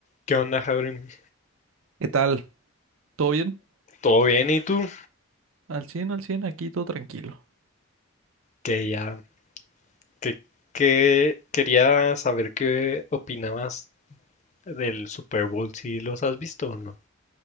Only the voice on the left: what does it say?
¿Qué onda, Jabrim?
¿Todo bien? ¿Y tú?
Que ya, que, que quería saber qué opinabas del Super Bowl, si los has visto o no.